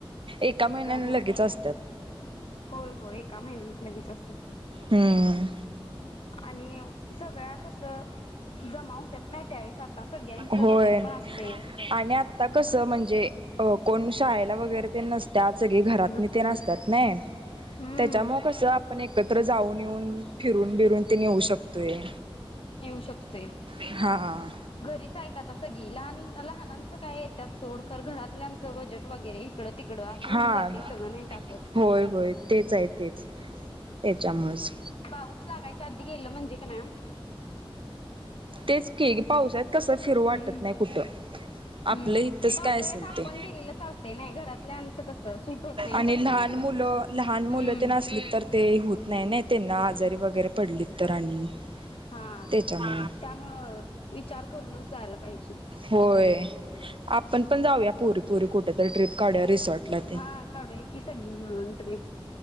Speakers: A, on the right; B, on the left.
A: एका महिन्यान
B: त्यामुळे
A: लगेच अस
B: होय होय एका महिन्यात लगेच असत
A: हम्म
B: आणि सगळ्या कस जमा होतात नाही त्यावेेळेस आता सगळ्यांच
A: होय
B: बजेट पण असते.
A: आणि आता कसं म्हणजे अ कोण शाळेला वगैरे ते नसतात सगळे घरात
B: नसते
A: नी ते नसतात नाय
B: हम्म
A: त्या त्या मग कसं आपण एकत्र जाऊन येऊन फिरून बिरून ते नेऊ शकतोय.
B: येऊ शकते,
A: हा.
B: घरीच आहेत आता सगळी लहान लहानांचं काय त्यात सोड कर घरातल्यांचं बजेट वगैरे इकडं तिकडं असं
A: हा
B: होऊन जाते सगळं नाही टाकच
A: होय होय तेच आहे तेच त्याच्यामुळच
B: पाऊच लागायच्या आधी गेलं म्हणजे का नाही
A: तेच की पावसात कसं फिरू
B: हम्म
A: वाटत नाही कुठं.
B: हम्म
A: आपलं हीथच
B: पावसाळ्यात
A: काय असेल
B: आपण
A: ते
B: गेलेलं चालतंय नाही घरातल्यांचं कसं सूट होत नाही घरातल्यांना.
A: आणि लहान मुलं लहान मुलं
B: हम्म
A: तेन आसली तर ते होत नाही ना त्यांना आजारी वगैरे पडलीत तर आणि
B: हा
A: त्याच्यामुळे
B: त त्यामुळं विचार करूनच जायला पाहिजे.
A: होय आपण पण जाऊया पोरी पोरी कुठेतरी ट्रिप काढूया रिसॉर्टला त्या.
B: हा काढूया की सगळी मिळून ट्रिप.